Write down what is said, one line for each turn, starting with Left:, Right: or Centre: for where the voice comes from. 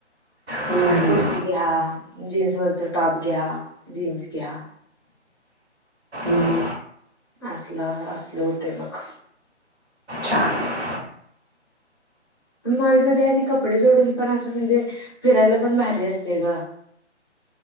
Right: हम्म,
Left: मग कुर्ती घ्या जीन्सवरचा टॉप घ्या जीन्स घ्या
Right: हम्म,
Left: असला असल हुतय मग
Right: छान
Left: मॉलमध्ये आणि कपडे सोडून पण असं म्हणजे फिरायला पण भारी असते ग